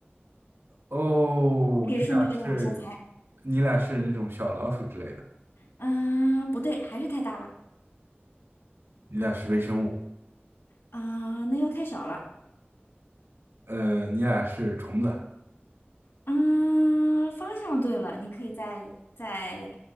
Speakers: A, on the right; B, on the left.
A: 哦，
B: 可以顺着这个往下猜，
A: 你俩是，你俩是那种小老鼠之类的，
B: 嗯、不对，还是太大了，
A: 你俩是微生物，
B: 啊、那又太小了。
A: 呃，你俩是虫子啊，
B: 嗯，方向对了，你可以再再